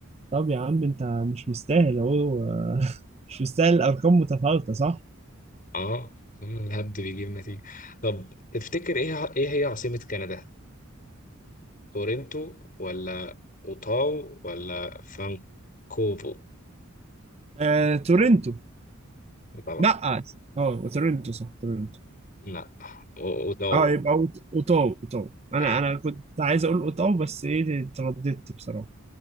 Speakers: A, on the right; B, on the left.
A: طب يا عم أنت مش مستاهل أهو <laughs> مش مستاهل الأرقام متفاوتة صح؟
B: اه مم، الهبد بيجيب نتيجة طب تفتكر ايه ايه هي عاصمة كندا تورنتو ولا اوتاو ولا فانكوفو
A: آه، تورنتو
B: غلط.
A: لا اه تورنتو صح تورنتو
B: لا و- وده
A: اه يبقى أوت- اوتاو اوتاو
B: معايا
A: انا انا كنت عايز اقول اوتاو بس ايه ترددت بصراحة